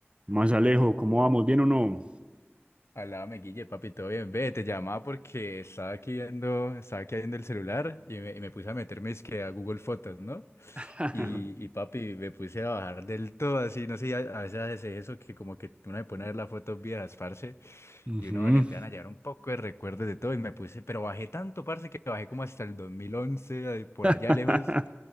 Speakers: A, on the right; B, on the left.
A: Más Alejo, ¿cómo vamos? ¿Bien o no?
B: Alame, Guille, papi, todo bien. Ve, te llamaba porque estaba aquí viendo, estaba aquí viendo el celular y me, y me puse a meterme es que a Google Fotos, ¿no?
A: <laughs>
B: Y, y papi, me puse a bajar del todo así, no sé, a, a veces hace eso que como que uno se pone a ver las fotos viejas, parce,
A: Ujú.
B: y uno le empiezan a llevar un poco de recuerdos de todo y me puse, pero bajé tanto, parce, que bajé como hasta el 2011, ahí por
A: <laughs>
B: allá lejos.